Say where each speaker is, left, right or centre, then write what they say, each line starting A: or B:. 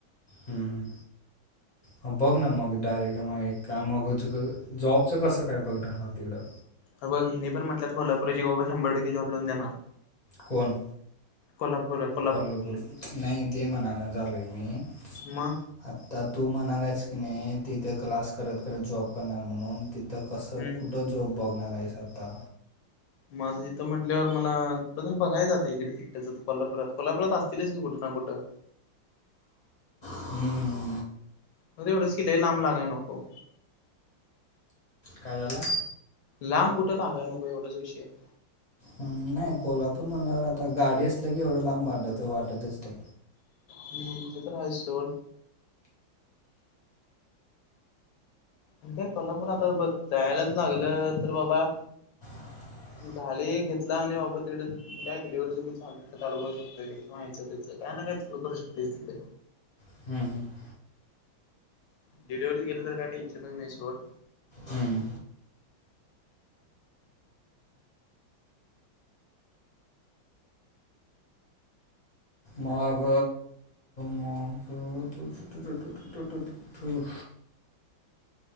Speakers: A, on the left; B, on the left.
A: हम्म. ह बघ ना मग, डायरेक्ट मग एक काम मागूच तर, जॉबचं कसं काय बघणार मग तिकडं?
B: हे बघ, मी पण म्हटलं, कोल्हापुराची बाबा शंभर टक्के जॉब लाऊन देणार.
A: कोण?
B: कोल्हापुरात.
A: कोल्हापूर, नाही ते म्हणायला झालोय मी
B: मग
A: आता तू म्हणालायस की नाही, तिथे क्लास करत करत जॉब करणार म्हणून तर कसं
B: हम्म
A: कुठं जॉब बघणार आहेस आता?
B: मग आता तिथं म्हंटल्यावर मला, कुठं तर बघाय जातंय इकडे. त्याच कोल्हापरात, कोल्हापुरात असतीलच की कुठं ना कुठं.
A: हम हम.
B: हो तेवढंच केलंय, लांब लागायला नको.
A: काय झाला?
B: लांब कुठ लागाय नको एवढाच विषय आहे.
A: हम्म, नाही कोल्हापूर म्हणल्यावर आता गाडी असल्या की एवढं लांब वाटतं, वाटतच ते.
B: हम्म, ते तर आहेच सोड. मग काय कोल्हापुरातच बघ, जायलाच लागलं तर बाबा.
A: <unintelligible>
B: गाडी घेतला आणि बाबा तिकडं, त्याच डिलिव्हरी <inaudible> चालू, चालू करू शकतोय. <inaudible> त्याच, काय ना काय चालू करू शकतोय तिकडे.
A: <unintelligible>
B: डिलिव्हरी गेले तरी काही टेन्शन नाही सोड.
A: हम्म. मग, मग, तुझं तू, टू, टू, टू तू.